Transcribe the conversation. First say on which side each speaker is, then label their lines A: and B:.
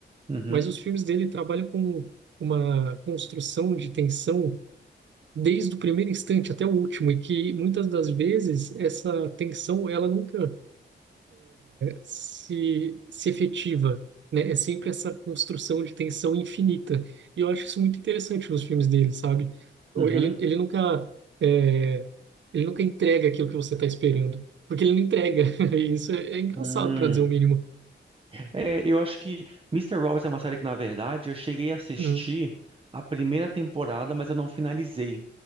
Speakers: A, on the right; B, on the right.
A: uhum,
B: Mas os filmes dele trabalham com uma construção de tensão desde o primeiro instante até o último, e que muitas das vezes essa tensão ela nunca se, se efetiva, né? É sempre essa construção de tensão infinita. E eu acho isso muito interessante nos filmes dele, sabe? ou
A: uhum.
B: Ele, ele nunca, é, ele nunca entrega aquilo que você está esperando, porque ele não entrega. <laughs> E isso é, é engraçado,
A: Hum.
B: para dizer o mínimo.
A: É, eu acho que Mister Robot é uma série que, na verdade, eu cheguei a assistir
B: Hum,
A: a primeira temporada, mas eu não finalizei.